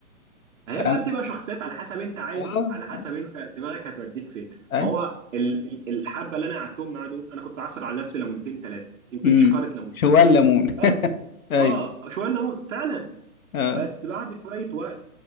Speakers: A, on the right; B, on the left.
A: هي بقى
B: انا
A: بتبقى شخصيات على حسب انت عايز
B: اه
A: على حسب
B: آه،
A: انت دماغك هتوديك فين
B: اي
A: ما هو ال- ال- الحبه اللي انا قعدتهم معاه دول انا كنت عصر على نفسي ليمونتين ثلاثه يمكن
B: امم
A: شكاره ليمون
B: شو الليمون
A: بس
B: <laughs> ايوه
A: اه شويه ليمون فعلا
B: اه
A: بس بعد شويه وقت